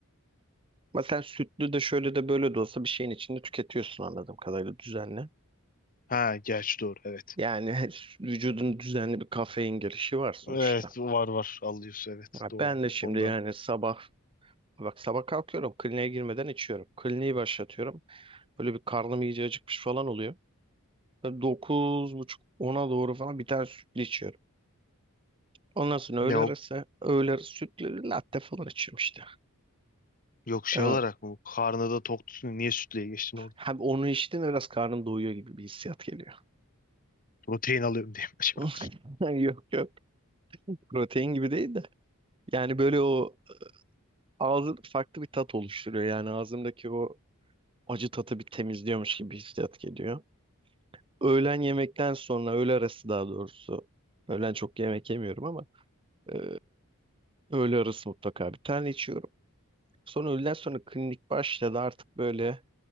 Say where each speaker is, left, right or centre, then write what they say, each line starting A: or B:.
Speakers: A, on the right; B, on the left.
A: Mesela sütlü de şöyle de böyle de olsa bir şeyin içinde tüketiyorsun anladığım kadarıyla düzenli.
B: Ha gerçi doğru evet.
A: Yani <laughs> vücudun düzenli bir kafein girişi var sonuçta.
B: Evet var var alıyorsun evet
A: Ya
B: doğru
A: Ben de
B: o
A: şimdi
B: konuda.
A: yani sabah bak sabah kalkıyorum kliniğe girmeden içiyorum. Kliniği başlatıyorum. Böyle bir karnım iyice acıkmış falan oluyor. Böyle dokuz buçuk 10'a doğru falan bir tane sütlü içiyorum. Ondan sonra öğle
B: Ne o?
A: arası, öğle arası sütlü latte falan içiyorum işte.
B: Yok şey
A: Ee,
B: olarak mı? Karnı da tok tutsun. Niye sütlüye geçtin
A: hem onu içtim de biraz karnım doyuyor gibi bir hissiyat geliyor.
B: Protein alıyorum diye mi acaba?
A: <laughs> Yok yok. Protein gibi değil de. Yani böyle o ağzı farklı bir tat oluşturuyor. Yani ağzımdaki o acı tatı bir temizliyormuş gibi bir hissiyat geliyor. Öğlen yemekten sonra, öğle arası daha doğrusu. Öğlen çok yemek yemiyorum ama Ee, öğle arası mutlaka bir tane içiyorum. Sonra öğleden sonra klinik başladı artık böyle